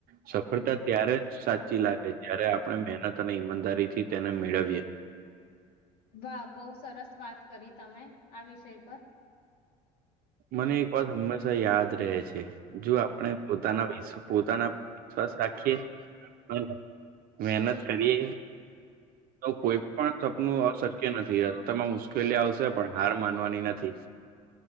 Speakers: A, on the right; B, on the left.
A: સફળ સફળતા ત્યારે સાચી લાગે જ્યારે આપણે મહેનત અને ઈમાનદારી થી તેને મેળવીએ.
B: વાહ બહુ સરસ વાત કરી તમે આ વિષય પર.
A: મને એક વાત હંમેશા યાદ રહે છે જો આપણે પોતાના વિ પોતાના પર વિશ્વાસ રાખીએ અને મહેનત કરીએ. તો કોઈ પણ સપનું અશક્ય નથી રસ્તામાં મુશ્કેલી આવશે પણ હાર માનવાની નથી. થી.